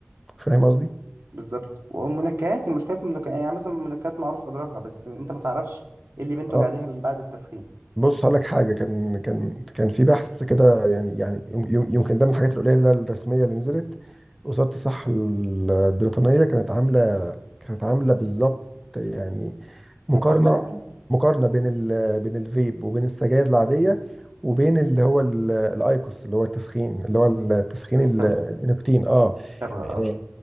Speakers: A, in the centre; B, on the right (about 75°).
A: فاهم قصدي؟
B: بالظبط والمنكهات المشكله في المنكهات يعني مثلا المنكهات معروف اضرارها بس انت ما تعرفش ايه اللي بينتج
A: اه
B: عليها من بعد التسخين
A: بص هقول لك حاجه كان كان كان في بحث كده يعني يعني يم- يم- يمكن ده من الحاجات القليله الرسميه اللي نزلت وزاره الصحه البريطانيه كانت عامله كانت عامله بالظبط يعني مقارنه
B: مقارنه يعني
A: مقارنه بين ال بين الفيب وبين السجاير العاديه وبين اللي هو ال- الايكوس اللي هو التسخين اللي هو التسخين
B: بنستبها
A: ال- النيكوتين اه
B: استبها اه
A: مم.